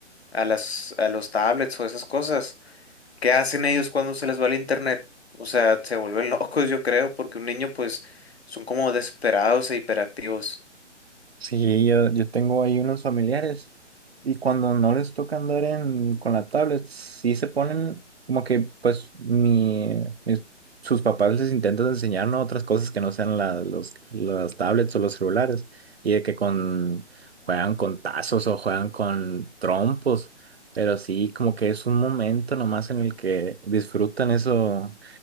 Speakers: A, on the left; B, on the right.
A: a las, a los tablets o esas cosas. ¿Qué hacen ellos cuando se les va el internet? O sea, se vuelven <laughs> locos, yo creo, porque un niño, pues, son como desesperados e hiperactivos.
B: Sí, yo, yo tengo ahí unos familiares y cuando no les toca andar en, con la tablet, sí se ponen como que pues mi, mis- sus papás les intentan enseñar ¿no? otras cosas que no sean la- los, las tablets o los celulares y de que con, juegan con tazos o juegan con trompos, pero sí como que es un momento nomás en el que disfrutan eso.